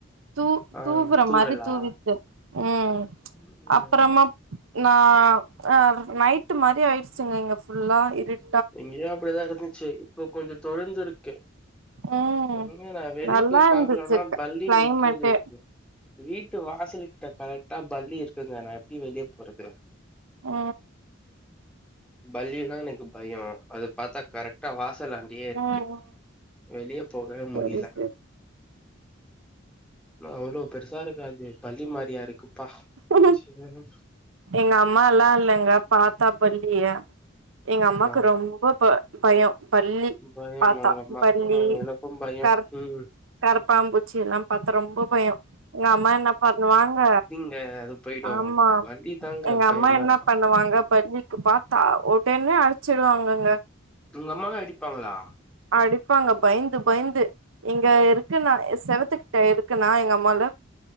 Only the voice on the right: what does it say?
தூ
தூவுற
மாரி தூவிச்சு ம்
அப்பறமா நா அ நைட்டு மாரி ஆயிடுச்சுங்க இங்க ஃபுல்லா இருட்
ம்
நல்லா
இருந்துச்சு
க
கிளைமேட்டே
ஓ
ம்
சரி
சரி
அ
எங்க அம்மால்லா இல்லங்க பாத்தா பல்லிய எங்க அம்மாக்கு
ரொம்ப ப பயொ பல்லி
பாத்தா
பல்லி
கரப்
கரப்பாம்பூச்சி எல்லாம் பாத்தா ரொம்ப பயொ எங்க அம்மா என்ன பண்ணுவாங்க
ஆமா
எங்க
அம்மா என்ன
பண்ணுவாங்க பல்லிக்கு பாத்தா ஒடனே அடிச்சிருவாங்கங்க
அடிப்பாங்க பயந்து பயந்து இங்க இருக்குன்னா செவத்து கிட்ட இருக்குன்னா எங்க அம்மால